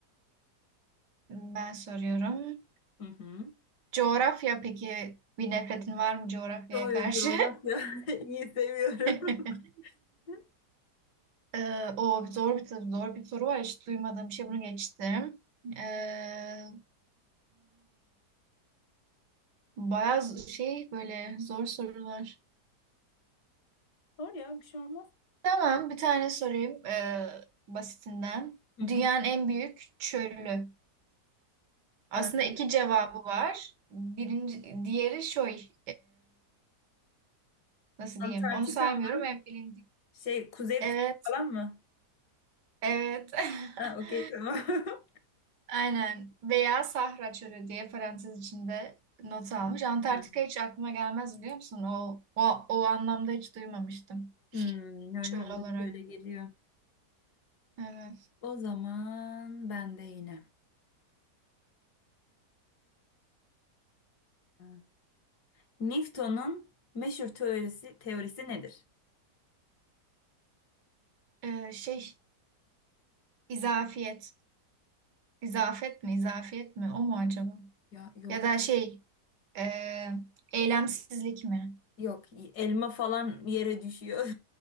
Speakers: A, on the right; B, on the left.
A: Ben soruyorum.
B: Hı hı.
A: Coğrafya peki bir nefretin var mı coğrafyaya
B: Coğrafya.
A: karşı?
B: <laughs> İyi seviyorum.
A: <laughs>
B: Hı.
A: Ee, o zor bir zor bir soru var. Hiç duymadığım bir şey. Bunu geçtim. Ee, bayağı z- şey böyle zor sorular.
B: Sor ya bir şey olmaz.
A: Tamam bir tane sorayım ee, basitinden.
B: Hı hı.
A: Dünyanın en büyük çölü. Aslında
B: Ee,
A: iki cevabı var. Birinci, diğeri şey Nasıl
B: Antarktika
A: diyeyim? Onu saymıyorum
B: mı?
A: en bilindik.
B: Şey Kuzey
A: Evet,
B: Kutbu falan mı?
A: evet. <laughs>
B: Ha okey tamam. <laughs>
A: Aynen. veya Sahra Çölü diye parantez içinde not almış. Antarktika
B: Hı.
A: hiç aklıma gelmez biliyor musun? O, o, o anlamda hiç duymamıştım.
B: Hmm, ya
A: Çöl
B: yolda
A: olarak.
B: şöyle geliyor.
A: Evet.
B: O zaman ben de yine. Ha. Newton'un meşhur teorisi teorisi nedir?
A: Ee, şey, izafiyet. İzafet mi? İzafiyet mi? O mu acaba?
B: Ya yok.
A: Ya da şey, e, eylemsizlik mi?
B: Yok, elma falan yere düşüyor.